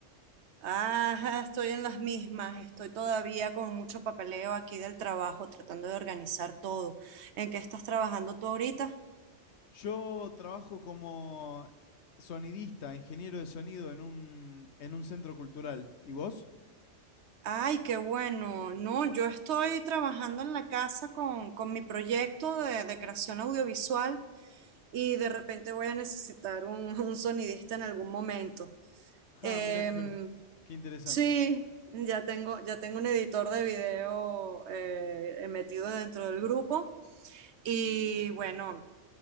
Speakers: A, on the right (about 65°); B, on the left (about 65°).
A: Ajá, estoy en las mismas. Estoy todavía con mucho papeleo aquí del trabajo, tratando de organizar todo. ¿En qué estás trabajando tú ahorita?
B: Yo trabajo como sonidista, ingeniero de sonido en un, en un centro cultural. ¿Y vos?
A: Ay, qué bueno. No, yo estoy trabajando en la casa con, con mi proyecto de, de creación audiovisual y de repente voy a necesitar un, <laughs> un sonidista en algún momento.
B: <laughs> Ah,
A: Em,
B: mirá qué, qué interesante.
A: Sí, ya tengo, ya tengo un editor de video eh, metido dentro del grupo. Y bueno,